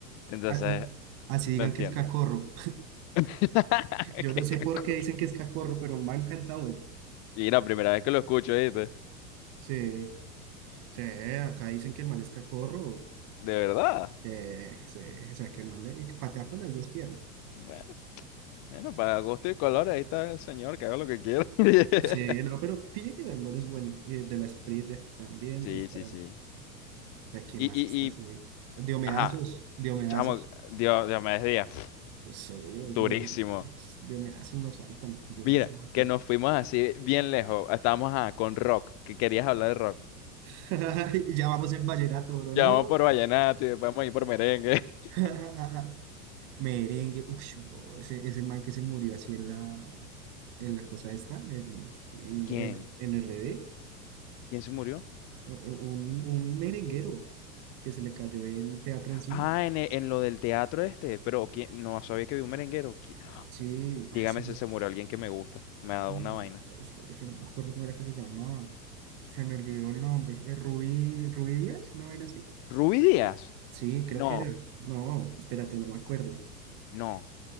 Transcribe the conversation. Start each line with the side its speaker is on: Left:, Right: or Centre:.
Left: Entonces,
Right: A- a- así digan
Left: no entiendo.
Right: que es cacorro.
Left: <laughs>
Right: <laughs> Yo
Left: Qué
Right: no sé
Left: cacor.
Right: por qué dicen que es cacorro, pero un man canta bueno.
Left: Y la primera vez que lo escucho, ¿viste?
Right: Sí, sí, acá dicen que el man es cacorro.
Left: De verdad.
Right: Eh, sí, o sea, que el mal le- que patea con las dos piernas.
Left: Bueno, bueno, para gusto y color, ahí está el señor, que haga lo que quiera. <laughs>
Right: Sí, no, pero pille que Dangol es bueno. eh, de la Espriella también
Left: Sí,
Right: está.
Left: sí, sí.
Right: ah, ¿Quién
Left: Y,
Right: más
Left: y,
Right: está así?
Left: y,
Right: Diomedazos,
Left: ajá,
Right: Diomedazos.
Left: chamo, Dios, Dios me decía, <sniffs>
Right: Los obvios,
Left: durísimo.
Right: los Diomedazos. Diomedazos no faltan, Diomedazos
Left: Mira,
Right: no faltan.
Left: que nos fuimos así bien lejos. Estábamos ah, con rock, que querías hablar de rock.
Right: <laughs> Y ya vamos en vallenato, bro,
Left: Ya
Right: no.
Left: vamos por vallenato y después vamos a ir por merengue. <laughs>
Right: <laughs> Merengue, uff, bro, ese, ese man que se murió así en la, en la cosa esta, en, en,
Left: ¿Quién?
Right: en, en RD.
Left: ¿Quién se murió?
Right: eh, un, un merenguero que se le cayó el teatro encima.
Left: Ah, en, e- en lo del teatro este, pero ¿quién? No sabía que vi un merenguero. ¿Qui-
Right: Sí, ah,
Left: Dígame
Right: se me-
Left: si se murió alguien que me gusta. Me ha dado
Right: no,
Left: una vaina.
Right: espere, que no me acuerdo cómo era que se llamaba. Se me olvidó el nombre. Eh, Rubí, Rubí Díaz, una vaina así.
Left: ¿Ruby Díaz?
Right: Sí, creo
Left: No,
Right: que era. No, espérate, no me acuerdo.
Left: no,